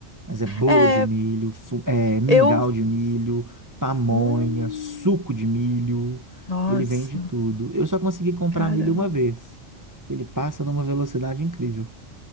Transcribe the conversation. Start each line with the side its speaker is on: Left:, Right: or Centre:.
Right: Mas é bolo
Left: é,
Right: de milho, fu- é, mingau
Left: eu,
Right: de milho, pamonha,
Left: hum,
Right: suco de milho.
Left: nossa,
Right: Ele vende tudo. Eu só consegui comprar
Left: caramba,
Right: nele uma vez. Ele passa numa velocidade incrível.